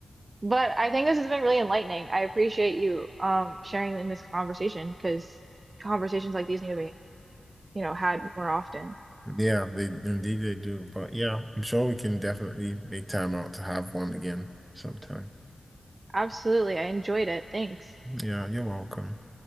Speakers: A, on the right; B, on the right.
A: but I think this has been really enlightening. I appreciate you um sharing in this conversation because conversations like these need to be, you know, had more often.
B: Yeah, they indeed they do. But yeah, I'm sure we can definitely make time out to have one again sometime.
A: Absolutely. I enjoyed it. Thanks.
B: Yeah, you're welcome.